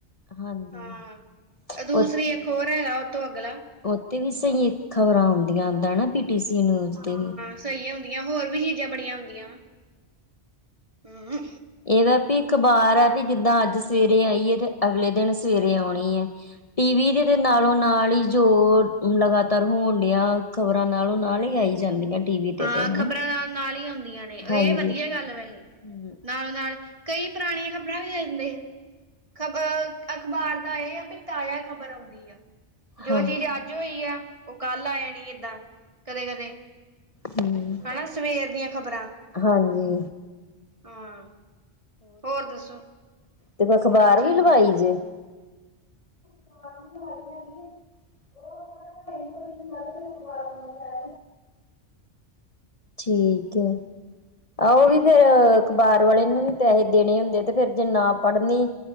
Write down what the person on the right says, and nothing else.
ਹਾਂ ਦੂਸਰੀ ਇੱਕ ਹੋਰ ਹੈਗਾ ਉਹ ਤੋਂ ਅਗਲਾ
ਸਈ ਔਂਦੀਆਂ ਹੋਰ ਵੀ ਚੀਜਾ ਬੜੀਆਂ ਔਂਦੀਆਂ ਵਾ। ਹੂੰ
ਹਾਂ
ਖ਼ਬਰਾਂ ਨਾਲ਼ ਈ ਔਦੀਆਂ ਨੇ,
ਏ ਵਦੀਆ ਗੱਲ ਵੈਹੇ।
ਨਾਲੋ਼, ਨਾਲ਼ ਕਈ ਪਰਾਣੀਆਂ ਖ਼ਬਰਾਂ ਵੀ ਦੇ ਦੀਂਦੇ, ਖਬਰ ਅਖ਼ਬਾਰ ਦਾ ਏ ਆ ਵੀ ਤਾਆ ਖਬਰ ਆਉਂਦੀ ਆ। ਜੋ
ਚੀਜ਼ ਅੱਜ ਹੋਈ ਆ, ਓ ਕੱਲ ਆ ਜਾਣੀ ਏਦਾਂ ਕਦੇ, ਕਦੇ
ਹਣਾਂ ਸਵੇਰ ਦੀਆਂ ਖ਼ਬਰਾਂ।
ਹਾਂ, ਹੋਰ ਦੱਸੋ?
ਠੀਕ
ਹਾਂਜੀ